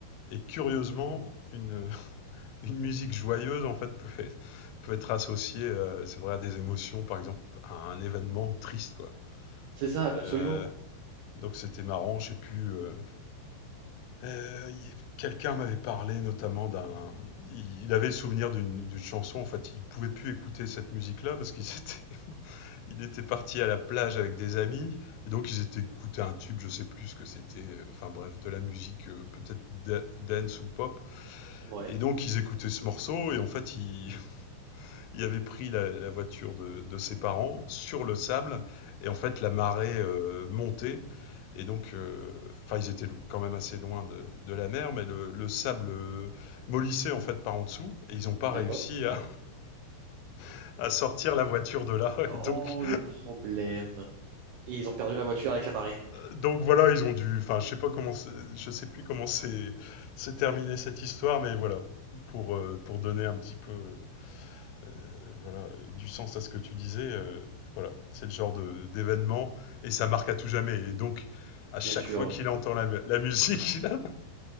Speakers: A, on the left; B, on the right.
A: Et curieusement, une, <laughs> une musique joyeuse, en fait, peut être, peut être associée, euh, c'est vrai, à des émotions, par exemple, à un événement triste, quoi.
B: C'est ça,
A: Euh,
B: absolument.
A: donc c'était marrant, je sais plus, euh, Heu, il quelqu'un m'avait parlé notamment d'un il il avait le souvenir d'une d'une chanson, en fait, il pouvait plus écouter cette musique-là parce qu'il <laughs> étaient il était parti à la plage avec des amis et donc ils étaient écoutés un tube, je sais plus ce que c'était, heu, enfin bref, de la musique, heu, peut-être da dance ou pop
B: Ouais,
A: et donc ils écoutaient ce morceau et en fait, ils il avait pris la, la voiture de, de ses parents sur le sable et en fait la marée euh, montait et donc euh, enfin ils étaient quand même assez loin de, de la mer mais le, le sable euh, mollissait en fait par en dessous et ils n'ont pas
B: d'accord.
A: réussi à, <laughs> à sortir la voiture de là <laughs>
B: Oh,
A: et donc
B: le problème. Et ils ont perdu la voiture avec la marée,
A: donc voilà ils ont dû enfin je sais pas comment c'est- je sais plus comment c'est c'est terminé cette histoire mais voilà pour euh, pour donner un petit peu Euh, voilà, du sens à ce que tu disais. euh, voilà, c'est le genre de- d'événement et ça marque à tout jamais. Et donc, à chaque
B: bien sûr.
A: fois qu'il entend la, mu- la musique, <laughs> il a-